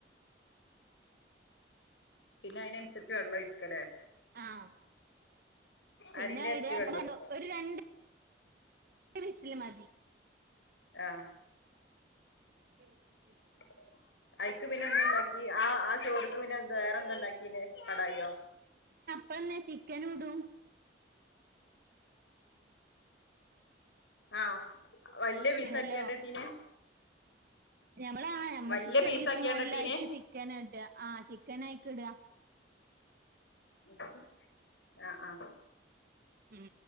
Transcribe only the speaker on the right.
ആഹ് പിന്നെ
<unintelligible>
ഒരു രണ്ട് ണ്ട് വിസില് മതി
<unintelligible>
പ്പന്നെ ചിക്കനും ഉടും.
ഹലോ
ഞമ്മള് ആ ഞമ്മക്ക്ഷ്-ചെറിയീസ്
മോഡല ആയിക്ക് ചിക്കൻ ഇട്ടുക, ആ ചിക്കൻ ആയ്ക്ക് ഇടുക-
ഉം